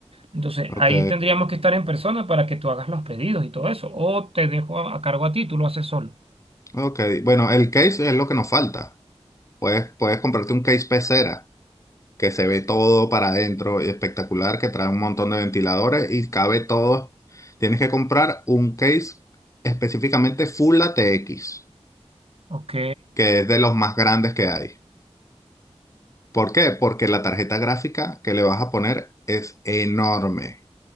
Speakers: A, on the right; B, on the left.
A: Entonces,
B: Ok,
A: ahí tendríamos que estar en persona para que tú hagas los pedidos y todo eso. O te dejo a, a cargo a ti, tú lo haces solo.
B: ok. Bueno, el case es lo que nos falta. Puedes, puedes comprarte un case pecera que se ve todo para adentro y espectacular, que trae un montón de ventiladores y cabe todo. Tienes que comprar un case específicamente Full ATX,
A: Ok,
B: que es de los más grandes que hay. ¿Por qué? Porque la tarjeta gráfica que le vas a poner es enorme.